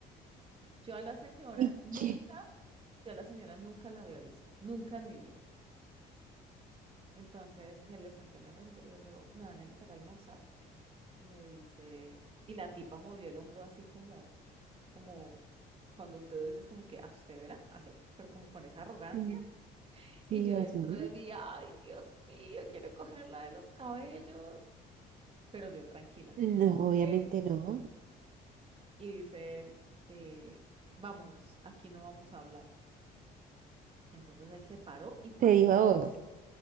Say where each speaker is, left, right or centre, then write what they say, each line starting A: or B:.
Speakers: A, on the right; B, on the right.
A: Yo a la señora
B: ¿y
A: nunca,
B: qué?
A: yo a la señora nunca la había visto, nunca en mi vida. Entonces me le senté en la mesa y le digo yo, ¿me van a invitar a almorzar? Y me dice, y la tipa movió el hombro así como, como cuando te dices como que, a usted verá, así, pero como con esa arrogancia.
B: Sí,
A: Y
B: sí,
A: yo
B: así.
A: dentro de mí, ay, Dios mío, quiero cogerla de los cabellos. Pero yo tranquila.
B: No, obviamente
A: Él,
B: no.
A: y dice él, eh, vámonos, aquí no vamos a hablar. Entonces él se paró y pagó.
B: Te dijo a vos.